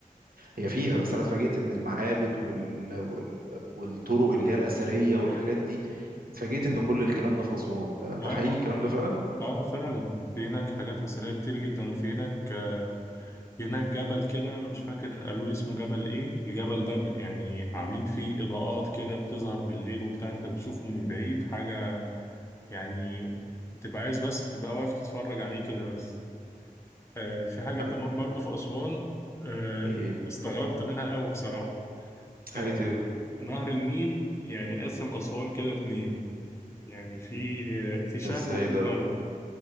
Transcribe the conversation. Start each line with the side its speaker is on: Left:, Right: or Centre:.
Right: هي فيها بس انا اتفاجئت ان المعابد وال... وال... والطرق اللي هي الاثريه والحاجات دي اتفاجئت ان كل الكلام ده في اسوان ده ده
Left: اه
Right: حقيقي الكلام
Left: اه
Right: ده فعلا
Left: اه فعلا في هناك حاجات أثرية كتير جدا وفي هناك آه، في هناك جبل كده مش فاكر قالوا لي اسمه جبل ايه الجبل ده ب- يعني عاملين فيه إضاءات كده بتظهر بالليل وبتاع انت بتشوفه من بعيد حاجة يعني تبقى عايز بس تبقى واقف تتفرج عليه كده بس آه، في حاجة
Right: ده
Left: كمان برضو في أسوان آه،
Right: ايه
Left: استغربت منها قوي بصراحة
Right: حاجه
Left: آه،
Right: ايه
Left: نهر النيل يعني قسم أسوان كده اتنين يعني في في شرق
Right: ده ازاي
Left: وفي
Right: ده
Left: غرب